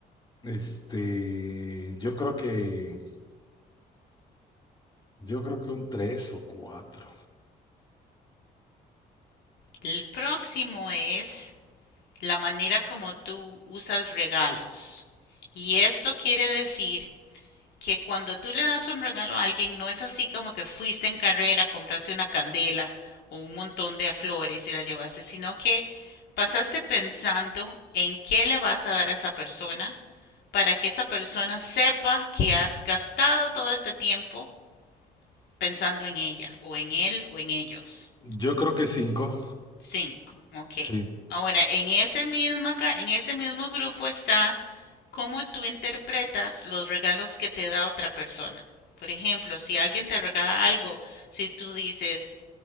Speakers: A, on the left; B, on the left.
A: Este, yo creo que, yo creo que un tres o cuatro.
B: El próximo es la manera como tú usas regalos. Y esto quiere decir que cuando tú le das un regalo a alguien, no es así como que fuiste en carrera, compraste una candela o un montón de flores y las llevaste, sino que pasaste pensando en qué le vas a dar a esa persona para que esa persona sepa que has gastado todo este tiempo pensando en ella o en él o en ellos.
A: Yo creo que cinco,
B: Cinco, ok.
A: sí.
B: Ahora, en ese, misma, en ese mismo grupo está cómo tú interpretas los regalos que te da otra persona. Por ejemplo, si alguien te regala algo, si tú dices,